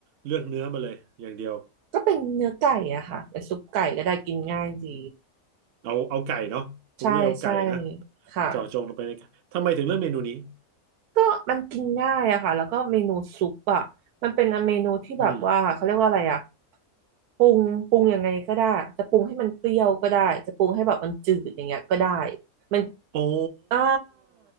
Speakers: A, on the right; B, on the right.
A: เลือกเนื้อมาเลยอย่างเดียว
B: ก็เป็นเนื้อไก่อะค่ะเป็นซุปไก่ก็ได้กินง่ายดี
A: เอาเอาไก่เนาะคุณด้วยเอาไก่นะ
B: ใช่ใช่ค่ะ
A: เจาะจงลงไปในไก่ทำไมถึงเลือกเมนูนี้
B: ก็มันกินง่ายอะค่ะแล้วก็เมนูซุปอะมันเป็นเมนูที่แบบว่าเขาเรียกว่าอะไรอะ
A: อืม
B: ปรุงปรุงยังไงก็ได้จะปรุงให้มันเปรี้ยวก็ได้จะปรุงให้แบบมันจืดอย่างเงี้ยก็ได้มัน
A: โอ้
B: อ่า